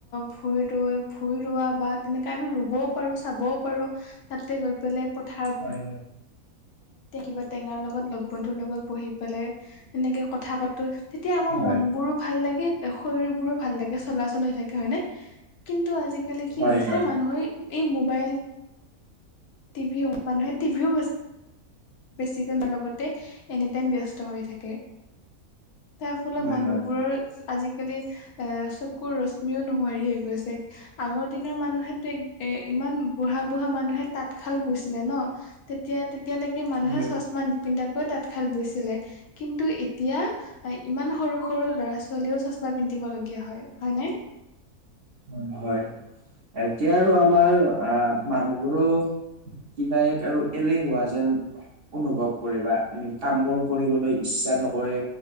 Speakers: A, on the left; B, on the right.
A: ভূই ৰৈ ভূই ৰোৱা বা তেনেকৈ আমি ৰুবও পাৰোঁ চাবও পাৰোঁ। তাতে গৈ পেলাই পথাৰত
B: হয়
A: কিবা টেঙাৰ লগত লগ বন্ধুৰ লগত বহি পেলাই এনেকে কথা পাতো তেতিয়া আমাৰ
B: হয়
A: মনবোৰো ভাল লাগে। শৰীৰবোৰো ভাল লাগে চলাচল হৈ থাকে হয়নে? কিন্তু আজিকালি কি
B: হয় হয়
A: হৈছে
B: হয় হয়
A: মানুহৰ এই মোবাইল টিভিও মানুহে টিভিও বেছিক লগতে এনিটাইম ব্যস্ত হৈ থাকে। তাৰ ফলত
B: হয়
A: মানুহবোৰৰ আজিকালি চকুৰ ৰশ্মিও নোহোৱাৰি হৈ গৈছে। আগৰ দিনৰ মানুহেতো এ ইমান বুঢ়া বুঢ়া মানুহে তাত তাতঁ শাল বৈছিলে ন তেতিয়া-তেতিয়ালৈকে মানুহে
B: হয়
A: চচমা পিন্ধাকৈ তাতঁ শাল বৈছিলে। কিন্তু এতিয়া ইমান সৰু সৰু সৰু ল'ৰা ছোৱালীও চচমা পিন্ধিবলগীয়া হয় হয়নে?
B: হয় হয় এতিয়া আৰু আমাৰ আহ মানুহবোৰো কিবা এ আৰু এলেহুৱা যেন অনুভৱ কৰে বা উম কামবোৰ কৰিবলৈ ইচ্ছা নকৰে।